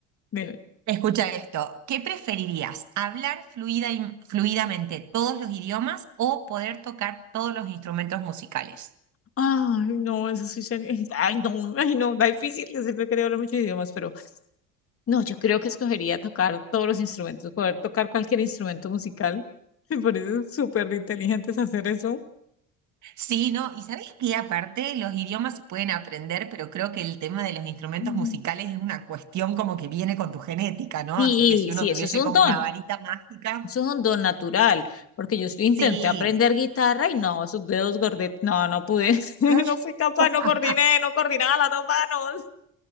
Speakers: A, on the left; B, on the right.
A: Dime.
B: Escucha esto. ¿Qué preferirías? ¿Hablar fluida y- fluidamente todos los idiomas o poder tocar todos los instrumentos musicales?
A: Ay, no, eso sí sería. Ay, no, ay, no, está difícil. Yo siempre quería hablar muchos idiomas, pero no, yo creo que escogería tocar todos los instrumentos, poder tocar cualquier instrumento musical. <laughs> Me parece súper inteligentes hacer eso.
B: Sí, no, y sabés que aparte los idiomas se pueden aprender, pero creo que el tema de los instrumentos
A: Mm.
B: musicales es una cuestión como que viene con tu genética, ¿no?
A: Sí,
B: Así que si uno
A: sí, eso
B: tuviese
A: es un
B: como
A: don.
B: una varita mágica,
A: Eso es un don natural, porque yo sí intenté
B: sí.
A: aprender guitarra y no, esos dedos gordetes, no, no pude, <laughs>
B: <laughs>
A: no fui capaz, no coordiné, no coordinaba las dos manos.